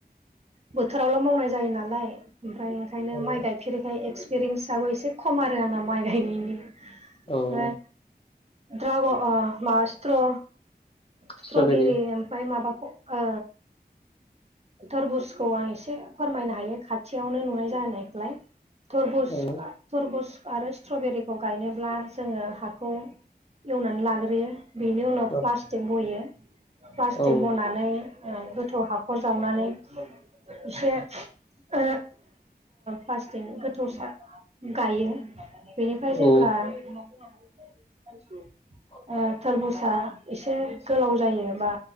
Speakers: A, on the right; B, on the left.
A: बोथोरावल' जायो नालाय। ओमफ्राय ओंखायनो
B: औ
A: माइ गाय फेरैखाय एक्सपिरियेन्साबो एसे खम आरो आंना माइ गायनायनि
B: औ
A: फाय। ड्राग' अ मा स्ट्र' स्ट्'बेरि
B: स्ट्रबेरि
A: ओमफ्राय माबाखौ औ थरबुस खौ आं एसे फोरमायनो हायो खाथियावनो नुनाय जानायखौलाय थरबुज
B: औ
A: आ थरबुज आरो स्ट्रबेरिखौ गायनोब्ला जोङो हाखौ एवनानै लाग्रोयो। बिनि उनाव
B: औ
A: प्लास्टिक बयो प्लास्टिक
B: औ
A: बनानै ओ गोथौ हाखर जावनानै एसे ओ प्लासटिकनि गोथौसा गायो। बेनिफ्राय
B: औ
A: जेब्ला <unintelligible>
B: <inaudible>
A: ओ थोरबुजा एसे गोलाव जायो बा